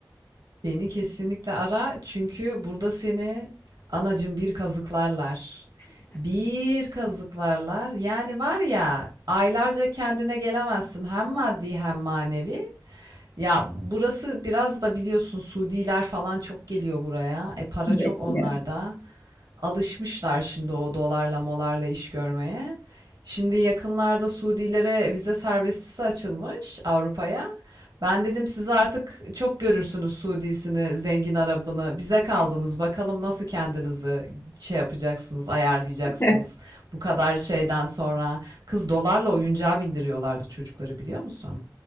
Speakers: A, on the right (about 65°); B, on the left (about 30°).
A: Beni kesinlikle ara çünkü burada seni anacım bir kazıklarlar. Bir kazıklarlar. Yani var ya aylarca kendine gelemezsin hem maddi hem manevi. Ya burası biraz da biliyorsun Suudiler falan çok geliyor buraya. E para
B: Evet,
A: çok onlarda.
B: biliyorum.
A: Alışmışlar şimdi o dolarla molarla iş görmeye. Şimdi yakınlarda Suudilere vize serbestisi açılmış Avrupa'ya. Ben dedim siz artık çok görürsünüz Suudisini, zengin Arabını. Bize kaldınız. Bakalım nasıl kendinizi şey yapacaksınız, ayarlayacaksınız.
B: <laughs>
A: Bu kadar şeyden sonra kız dolarla oyuncağa bindiriyorlardı çocukları biliyor musun?